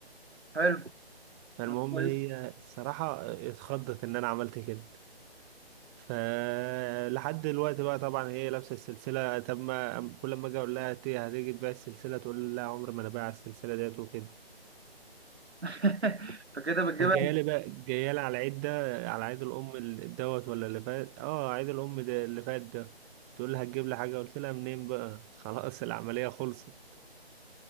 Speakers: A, on the right; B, on the right.
A: حلو
B: فالمهم
A: كويس
B: هي الصراحه اتخضت ان انا عملت كده فلحد دلوقتي بقى طبعا هي لابسه السلسله طب ما كل ما اجي اقول لها "إنت هتيجي تبيع السلسله تقول لي لا عمر ما انا بايع السلسله ديت وكده
A: <laughs> فكده بتجيبها
B: فجايالي بقى جايالي على العيد ده على عيد الأم ال- دوت ولا اللي فات اه عيد الأم ده اللي فات ده تقول لي هتجيب لي حاجة قلت لها منين بقى <laughs> خلاص العملية خلصت